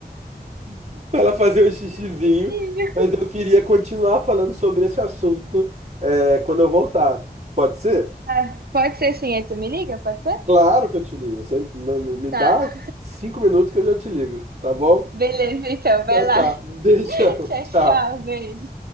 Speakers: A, on the right; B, on the right.
A: <laughs> para ela fazer um xixizinho,
B: <laughs>
A: mas eu queria continuar falando sobre esse assunto, é, quando eu voltar. Pode ser?
B: Ah, pode ser sim, aí tu me liga? Pode ser?
A: Claro que eu te ligo. Sempre, me me-
B: Tá.
A: dá cinco minutos que eu já te ligo, tá bom?
B: Beleza, então,
A: Então
B: vai lá.
A: tá. Um Beijão.
B: <laughs> Tchau,
A: <laughs> Tchau.
B: tchau, beijo.